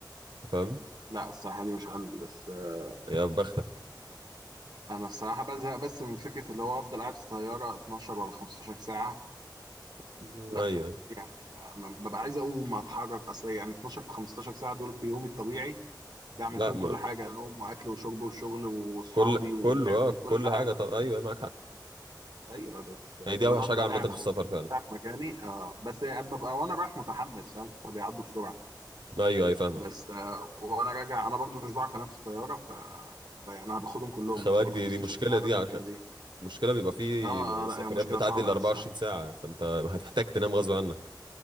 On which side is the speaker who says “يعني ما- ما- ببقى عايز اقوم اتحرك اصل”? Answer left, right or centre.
Right